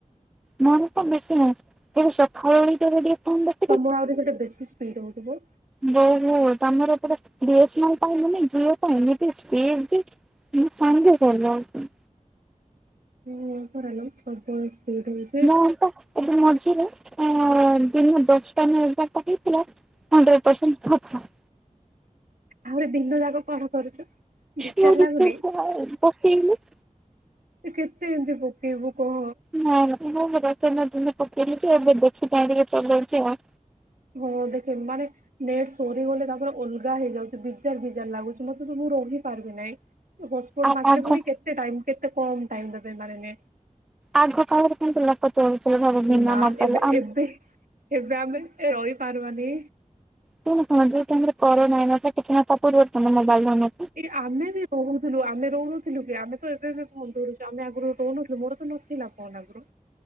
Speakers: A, in the centre; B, on the right.
A: ମୋର ତ ବେଶି ହଉଛି ଏବେ ସଖାଳ ଓଳି ଟିକେ ଫୋନ୍ ଦେ
B: ତମର ଆହୁରି ସେଟା ବେଶୀ ସ୍ପିଡ ହଉଥିବ।
A: ବହୁତ ତମର ପରା ବି ଏସ ନାଲ୍ ପାଇବନି ଜିଓ ପାଇଁ ଏତେ ସ୍ପିଡ ଜେ ହଁ ସାଙ୍ଗେ <unintelligible>
B: ହଁ <unintelligible> ପ୍ରବଳ ସ୍ପିଡ୍ ହଉଛି।
A: ମୁଁ ତ ଏବେ ମଝିରେ ଦିନ ଦଶଟା ନା ଏଗାର ଟାକୁ ପୁରା ହଣ୍ଡ୍ରେଡ ପସେଣ୍ଟ ଫଫା।
B: ଆହୁରି ଦିନ ଯାକ କଣ କରୁଛୁ? ବିଚାର
A: ମୁଁ ରିଚାର୍ଜ
B: ଲାଗୁନି
A: ଶହେ
B: ଯେ
A: ପକେଇଲି।
B: ତୁ କେତେ ଏମିତି ପକେଇବୁ କହ?
A: ହଁ ମୁଁ <unintelligible> ପକେଇଲି ଯେ ଏବେ ଦେଖି ଚାହିଁ ଟିକେ ଚଲଉଛି ଆଉ।
B: ହଁ ଦେଖେ ମାନେ ନେଟ୍ ସରିଗଲେ ତାପରେ ଅଲଗା ହେଇଯାଉଛି ବିଜାର ବିଜାର ଲାଗୁଛି ମତେତ ମୁଁ ରହିପାରିବି ନାହିଁ। ହସ୍ଫୋଟ
A: ଆଉ
B: ମାଗିଲେ
A: ଆଗ
B: ପୁଣି କେତେ ଟାଇମ୍ କେତେ କମ ଟାଇମ୍ ଦେବେ ଏମାନେ ମାନେ।
A: ଆଗ କାଳରେ କେମିତି ଲକ କଥା ହଉଥିଲେ ବିନା
B: ଏ ମା
A: ମୋବାଇଲ୍
B: ଏବେ
A: ରେ। ଆମ
B: ଏବେ ଏବେ ଆମେ ରହି ପାରିବାନି।
A: <unintelligible> ପରିବର୍ତ୍ତନ ମୋବାଇଲ୍ ରେ ଆମେ।
B: ଏ ଆମେ ବି କହୁଥିଲୁ ଆମେ ରହୁନଥିଲୁ କି ଆମେ ତ ଏବେ ଏବେ ଫୋନ କରୁଛୁ ଆମେ ଆଗରୁ ରହୁନଥିଲୁ ମୋର ତ ନଥିଲା ଫୋନ ଆଗରୁ।